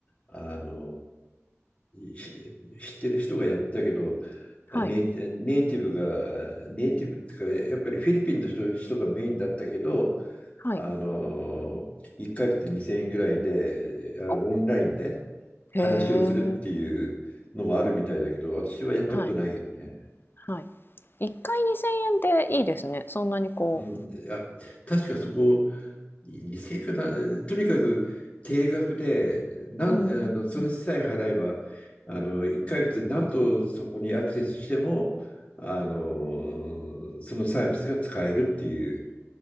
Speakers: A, on the left; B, on the left.
A: あの、ひ知ってる人がやってたけど、
B: はい、
A: ネイ、ネイティブが、ネイティブっていうか、やっぱりフィリピンの人、人がメインだったけど、
B: はい。
A: あの、1ヶ月2000円ぐらいで、あのオンラインで
B: お、
A: 話をするっていうのもあるみたいだけど、
B: へえ。
A: 私はやったことないけどね。
B: はい、はい。1回2000円でいいですね。そんなにこ
A: うん、あ、確かそこ、理性かな、とにかく定額で、なん、
B: う。うんうんうん。
A: あの、それさえ払えば、あの、1ヶ月何度そこにアクセスしても、あの、そのサービスが使えるっていう。